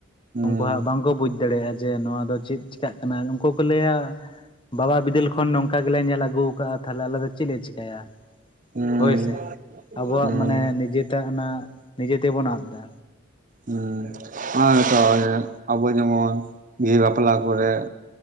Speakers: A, on the right; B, on the left.
A: ᱦᱩᱸ
B: ᱩᱱᱠᱩ ᱦᱟᱸᱜ ᱵᱟᱝᱠᱚ ᱵᱩᱡ ᱫᱟᱲᱮᱭᱟᱜ-ᱟ ᱡᱮ ᱱᱚᱣᱟ ᱫᱚ ᱪᱮᱫ ᱪᱮᱤᱠᱟᱹᱜ ᱠᱟᱱᱟ ᱩᱱᱠᱩ ᱠᱚ ᱞᱟᱹᱭᱟ ᱵᱟᱵᱟ ᱵᱤᱫᱟᱹᱞ ᱠᱷᱚᱱ ᱱᱚᱝᱠᱟ ᱜᱮᱞᱮ ᱧᱮᱞ ᱟᱜᱩᱠᱟᱟᱜ-ᱟ ᱛᱟᱞᱦᱮ ᱟᱞᱮ ᱫᱚ ᱪᱮᱫ ᱞᱮ ᱪᱮᱠᱟᱹᱭᱟ?
A: ᱦᱩᱸ
B: ᱦᱳᱭ ᱥᱮ ᱟᱵᱚᱣᱟᱜ
A: ᱦᱩᱸ
B: ᱢᱟᱱᱮ ᱱᱤᱡᱮᱛᱮ ᱚᱱᱟ ᱱᱤᱡᱮ ᱛᱮᱵᱚᱱ ᱟᱫᱽ ᱫᱟ᱾
A: ᱦᱮᱸ ᱚᱱᱟ ᱜᱮᱛᱚ ᱟᱵᱚ ᱡᱮᱢᱚᱱ ᱵᱤᱦᱟᱹ ᱵᱟᱯᱞᱟ ᱠᱚᱨᱮᱜ